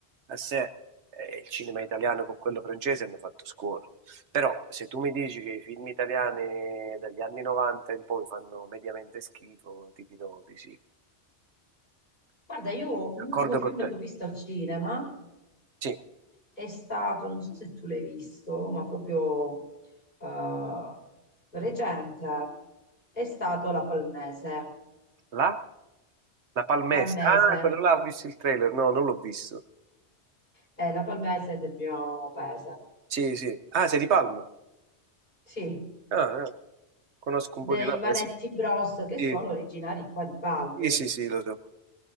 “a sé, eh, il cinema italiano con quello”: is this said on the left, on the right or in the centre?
Right